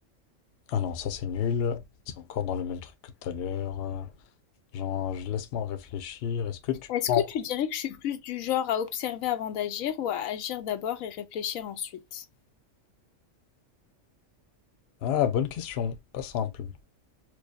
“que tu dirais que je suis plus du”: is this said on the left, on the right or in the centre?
Left